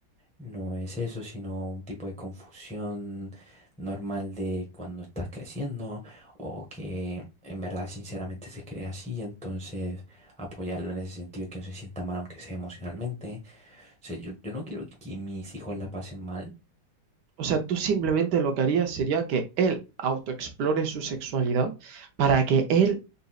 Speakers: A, in the centre; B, on the right.
A: no es eso, sino un tipo de confusión normal de cuando estás creciendo o que en verdad sinceramente se cree así, entonces apoyarlo en ese sentido y que no se sienta mal, aunque sea emocionalmente. O sea, yo, yo no quiero que mis hijos la pasen mal,
B: O sea, tú simplemente lo que harías sería que él autoexplore su sexualidad para que él